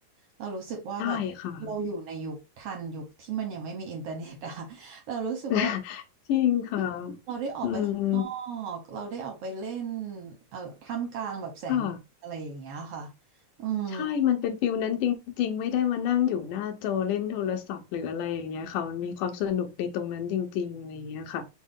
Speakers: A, on the right; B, on the left.
A: เรารู้สึกว่าแบบเราอยู่ในยุคทันยุคที่มันยังไม่มีอินเทอร์เน็ตอะ
B: ได้ค่ะ
A: <laughs> เรารู้สึกว่า
B: <laughs> จริงค่ะ
A: เราได้ออกไปข้างนอ
B: อืม
A: กเราได้ออกไปเล่นเอ่อท่ามกลางแบบแสงแดดอะไรอย่างเงี้ยค่ะ
B: ค่ะ
A: อืม
B: ใช่มันเป็นฟิลนั้นจริงๆไม่ได้มานั่งอยู่หน้าจอเล่นโทรศัพท์หรืออะไรอย่างเงี้ยค่ะมันมีความสนุกในตรงนั้นจริงๆอะไรอย่างเงี้ยค่ะ